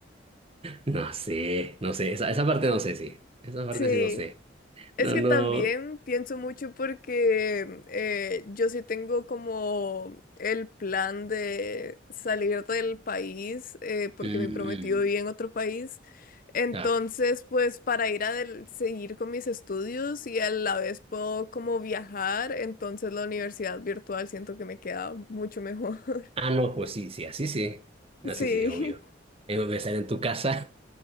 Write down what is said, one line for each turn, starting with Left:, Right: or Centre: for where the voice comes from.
Right: no sé, no sé, esa, esa parte no sé, sí, esa parte
Left: Sí,
Right: sí no sé.
Left: es
Right: No,
Left: que
Right: no,
Left: también pienso mucho porque eh, yo sí tengo como el plan de salir del país eh, porque
Right: mm,
Left: mi prometido vive en otro país. Entonces,
Right: claro.
Left: pues para ir a del- seguir con mis estudios y a la vez puedo como viajar, entonces la universidad virtual siento que me queda mucho mejor.
Right: Ah,
Left: <laughs>
Right: no, pues sí, sí, así sí, así
Left: Sí,
Right: sí, obvio. Eh, voy a estar en tu casa.